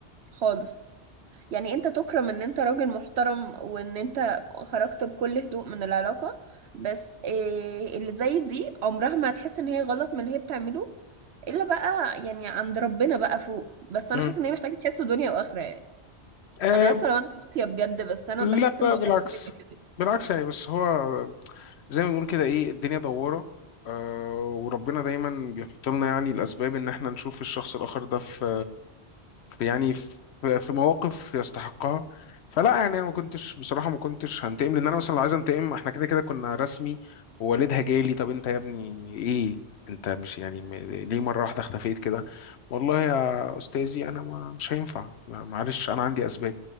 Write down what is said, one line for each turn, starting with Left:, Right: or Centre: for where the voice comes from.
Right: خالص يعني انت تكرم ان انت راجل محترم وان انت خرجت بكل هدوء من العلاقه بس آه اللي زي دي عمرها ما هتحس ان هي غلط من اللي هي بتعمله الا بقى يعني عند ربنا بقى فوق بس انا
Left: مهم.
Right: حاسه ان هي محتاجه تحس دنيا واخره يعني.
Left: آه
Right: انا اسفه لو انا قاسيه بجد بس انا
Left: لا
Right: بحس
Left: لا
Right: الموضوع
Left: بالعكس
Right: ده بيبقى كده
Left: بالعكس يعني بس هو زي ما بنقول كده ايه الدنيا دوارة آه وربنا دايما بيحط لنا يعني الأسباب إن احنا نشوف الشخص الآخر ده في يعني في في مواقف يستحقها فلا يعني انا ما كنتش بصراحه ما كنتش هنتقم لان انا مثلا لو عايز انتقم احنا كده كده كنا رسمي ووالدها جالي طب انت يا ابني ايه انت مش يعني م- ليه مره واحده اختفيت كده والله يا استاذي انا ما مش هينفع ما- معلش انا عندي اسباب